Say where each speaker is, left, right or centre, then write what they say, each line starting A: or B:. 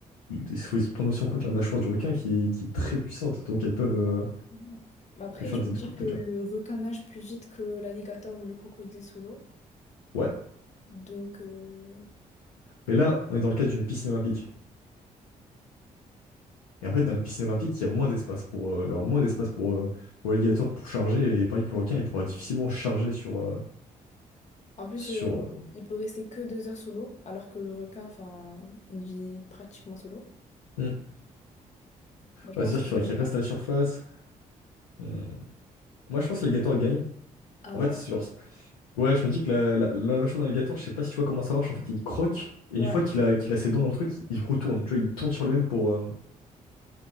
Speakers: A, on the left (about 85°); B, on the left (about 40°).
A: il faut se prendre aussi en compte la mâchoire du requin qui, qui est très puissante. Donc, elles peuvent,
B: Exact.
A: euh,
B: Ouais. Mais Après,
A: peuvent faire
B: je
A: des
B: me dis
A: tout lourds
B: que
A: dégâts.
B: le requin nage plus vite que l'alligator ou le crocodile sous l'eau.
A: Ouais.
B: Donc, euh,
A: Mais là, on est dans le cadre d'une piscine olympique. Et en fait, dans une piscine olympique, il y a moins d'espace pour, euh, il y aura moins d'espace pour, euh, pour l'alligator pour charger. Et pareil pour le requin, il pourra difficilement charger sur. euh,
B: en plus,
A: sur
B: euh, il peut rester que deux heures sous l'eau, alors que le requin, enfin, il vit pratiquement sous l'eau.
A: euh, hmm.
B: Bah, je
A: Ouais,
B: pense
A: c'est-à-dire
B: que
A: qu'il faudrait
B: c'est
A: qu'il
B: le
A: reste
B: requin.
A: à la surface. Hmm. Moi, je pense que l'alligator gagne.
B: Ah
A: En fait,
B: ouais?
A: c'est genre... Ouais, je me dis que la, la, la mâchoire d'un alligator, je sais pas si tu vois comment ça marche, en fait, il croque, et
B: Ouais.
A: une fois qu'il a, qu'il a ses dents dans le truc, il, il retourne, tu vois, il tourne sur lui-même pour, euh,